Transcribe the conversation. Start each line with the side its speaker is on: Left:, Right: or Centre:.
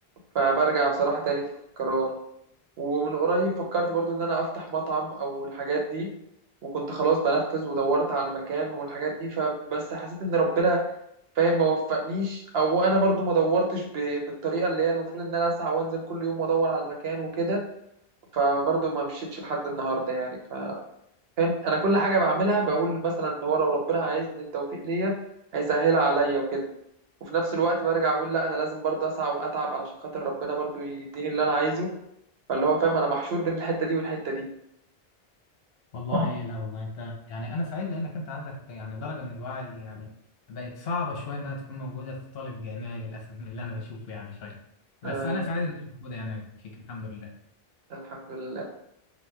Right: فبرجع بصراحة تاني في قرار ومن قريب فكرت برضو إن أنا أفتح مطعم أو الحاجات دي وكنت خلاص بنفذ ودورت على المكان والحاجات دي فبس حسيت إن ربنا فاهم ما وفقنيش او انا برضو ما دورتش ب- بالطريقه اللي هي المفروض ان انا اسعى وانزل كل يوم وادور على المكان وكده فبرضو ما مشيتش لحد النهارده يعني ف- فاهم انا كل حاجه بعملها بقول مثلا ان هو لو ربنا عايزني التوفيق ليا هيسهلها عليا وكده وفي نفس الوقت برجع اقول لا انا لازم برضو اسعى واتعب علشان خاطر ربنا برضو يديني اللي انا عايزه فاللي هو فاهم انا محشور بين الحته دي والحته دي
Left: والله
Right: اه
Left: لا والله انت يعني انا سعيد لانك انت عندك د- يعني درجه من الوعي يعني بقت صعبه شويه انها تكون موجوده في طالب جامعي للاسف من اللي انا بشوفه يعني شويه بس
Right: آه
Left: انا سعيد انك موجوده يعني فيك الحمد لله
Right: الحمد لله